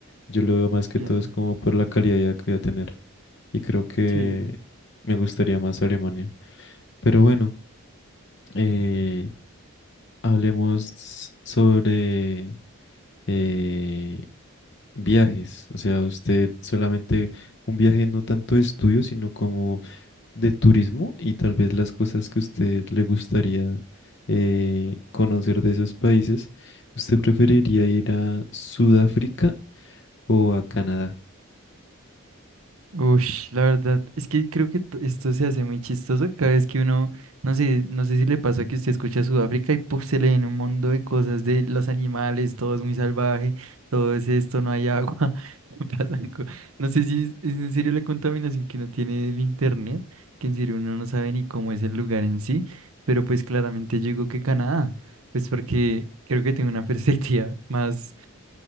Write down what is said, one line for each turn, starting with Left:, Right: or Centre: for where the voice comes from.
Left: yo lo veo más que
Right: entiendo.
Left: todo es como por la calidad que voy a tener. Y creo que
Right: Sí.
Left: me gustaría más Alemania. Pero bueno, eh, hablemos sobre eh, Viajes, o sea, usted solamente un viaje no tanto de estudio, sino como de turismo y tal vez las cosas que usted le gustaría eh, conocer de esos países. ¿Usted preferiría ir a Sudáfrica o a Canadá?
Right: Ush, la verdad, es que creo que t- esto se hace muy chistoso cada vez que uno, no sé, no sé si le pasa que usted escucha Sudáfrica y puf, se le viene un mundo de cosas de los animales, todo es muy salvaje, todo es esto, no hay agua, <laughs> pasan co- no sé si es, es en serio la contaminación que uno tiene del internet, que en serio uno no sabe ni cómo es el lugar en sí, pero pues claramente yo digo que Canadá, pues porque creo que tengo una <laughs> perspectiva más